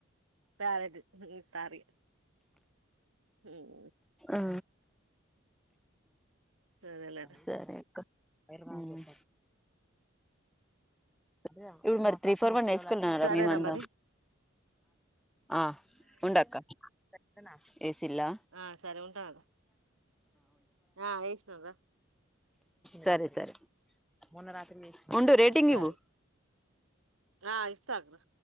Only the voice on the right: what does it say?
పారెట్ సారీ హ్మ్
అదేలేరా
సరేరా
మరి
ఆ సరే ఉంటాను రా ఆ ఏసినారా
సరే
ఆ ఇస్తానురా